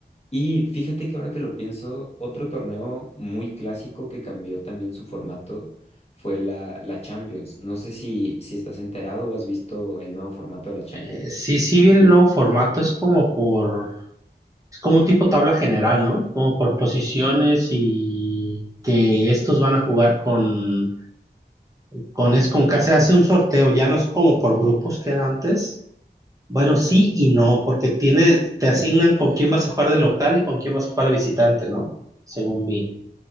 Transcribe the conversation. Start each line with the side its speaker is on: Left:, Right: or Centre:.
Left: Y fíjate que ahora que lo pienso, otro torneo muy clásico que cambió también su formato fue la, la Champions. No sé si, si estás enterado o has visto el nuevo formato de la Champions.
Right: Eh, sí, sí, vi el nuevo formato, es como por Es como un tipo tabla general, ¿no? Como por posiciones y que estos van a jugar con, con es con que se hace un sorteo, ya no es como por grupos que era antes. Bueno, sí y no, porque tiene, te asignan con quién vas a jugar de local y con quién vas a jugar de visitante, ¿no? Según vi.